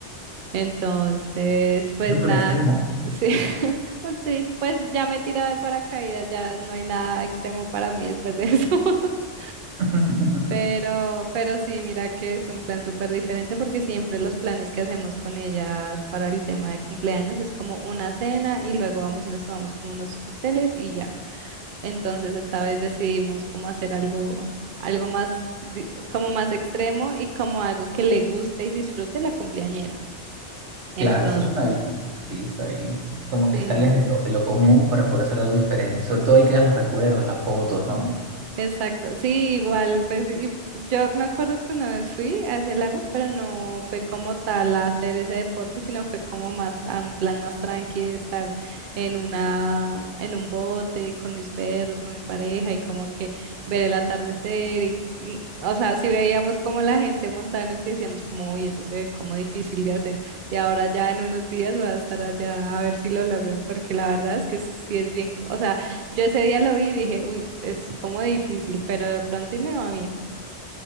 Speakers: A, on the right; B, on the right.
A: Entonces, pues
B: Eso es
A: nada,
B: un extremo.
A: sí, <laughs> un tris- pues ya me he tirado de paracaídas, ya no hay nada extremo para mí después de eso. <laughs>
B: <laughs>
A: Pero, pero sí, mira que es un plan súper diferente porque siempre los planes que hacemos con ellas para el tema de cumpleaños es como una cena y luego vamos y nos tomamos como unos cócteles y ya. Entonces esta vez decidimos como hacer algo, algo más, di- como más extremo y como algo que le guste y disfrute la cumpleañera. Entonces.
B: Claro, eso suena bien. Sí, está bien. Es como
A: Sí,
B: que sales de lo, de lo común para poder hacer algo diferente. Sobre todo ahí quedan los recuerdos, las fotos, ¿no?
A: exacto. Sí, igual, pues y- yo me acuerdo que una vez fui a ese lago, pero no fue como tal a hacer ese deporte, sino fue como más a un plan más tranqui de estar en una, en un bote con mis perros, con mi pareja y como que ver el atardecer y mm, O sea, si veíamos como la gente montada en eso y sí decíamos como, uy, eso se ve como difícil de hacer. Y ahora ya en unos días voy a estar allá a ver si lo logro, porque la verdad es que sí es bien, o sea, Yo ese día lo vi y dije, uy, es como difícil, pero de pronto y me va bien.